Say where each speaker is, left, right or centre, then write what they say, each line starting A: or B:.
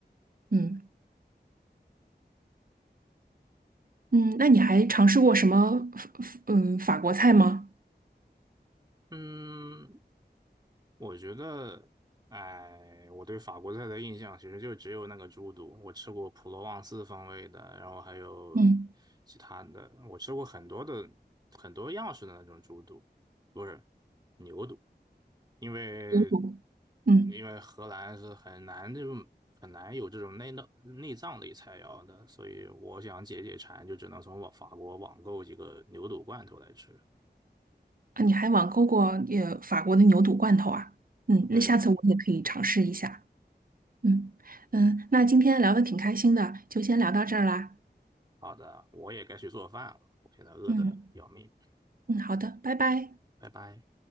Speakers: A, on the right; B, on the right.
A: 嗯嗯，那你还尝试过什么法嗯法国菜吗？
B: 嗯，我觉得，哎，我对法国菜的印象其实就只有那个猪肚，我吃过普罗旺斯风味的，然后还有
A: 嗯，
B: 其他的，我吃过很多的很多样式的那种猪肚，不是牛肚，因为
A: 牛肚。嗯
B: 因为荷兰是很难这种很难有这种内脏内脏类菜肴的，所以我想解解馋，就只能从我法国网购几个牛肚罐头来吃。
A: 啊，你还网购过呃法国的牛肚罐头啊？嗯，
B: 对的。
A: 那下次我也可以尝试一下。嗯嗯，那今天聊的挺开心的，就先聊到这儿啦。
B: 好的，我也该去做饭了，我现在饿的要命，
A: 嗯嗯，好的，拜拜。
B: 拜拜。